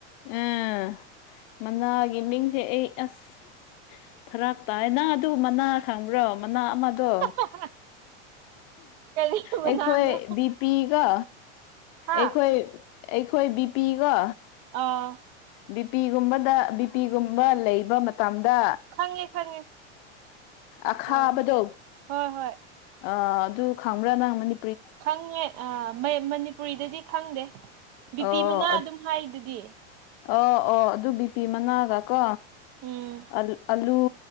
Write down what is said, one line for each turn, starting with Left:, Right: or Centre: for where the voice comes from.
Left: ꯎꯝ ꯃꯅꯥꯒꯤ ꯃꯤꯡꯁꯦ ꯑꯩ ꯑꯁ ꯐꯔꯥꯛ ꯇꯥꯏ ꯅꯪ ꯑꯗꯨ ꯃꯅꯥ ꯈꯪꯕ꯭ꯔꯣ ꯃꯅꯥ ꯑꯃꯗꯣ
Right: <unintelligible> ꯀꯔꯤ ꯃꯅꯥꯅꯣ
Left: ꯑꯩꯈꯣꯏꯕꯤ ꯄꯤꯒ
Right: ꯍꯥ
Left: ꯑꯩꯈꯣꯏ ꯑꯩꯈꯣꯏ ꯕꯤꯄꯤꯒ
Right: ꯑꯥ
Left: ꯕꯤꯄꯤꯒꯨꯝꯕꯗ ꯕꯤꯄꯤꯒꯨꯝꯕ ꯂꯩꯕ ꯃꯇꯝꯗ
Right: ꯈꯪꯉꯦ ꯈꯪꯉꯦ
Left: ꯑꯈꯥꯕꯗꯣ
Right: ꯑ ꯍꯣꯏ ꯍꯣꯏ
Left: ꯑ ꯑꯗꯨ ꯈꯪꯕ꯭ꯔꯥ ꯅꯪꯕꯅꯤ
Right: ꯈꯪꯉꯦ ꯃꯅꯤꯄꯨꯔꯤꯗꯗꯤ ꯈꯪꯗꯦ ꯕꯤꯄꯤ
Left: ꯑꯣ
Right: ꯃꯅꯥ ꯑꯗꯨꯝ ꯍꯥꯏꯗꯨꯗꯤ
Left: ꯑꯣ ꯑꯣ ꯑꯗꯨ ꯕꯤꯄꯤ ꯃꯅꯥꯒ ꯀꯣ
Right: ꯎꯝ
Left: ꯑ ꯑꯂꯨ